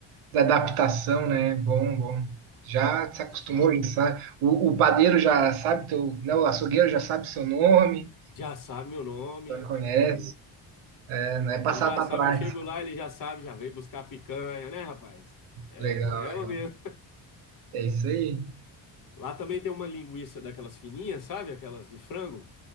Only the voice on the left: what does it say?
Já,
já sabe meu nome.
Ele já
sabe,
eu chego lá, ele já sabe, já veio buscar a picanha, né, rapaz? É,
é
ela mesmo.
Lá também tem uma linguiça daquelas fininhas, sabe? Aquelas de frango.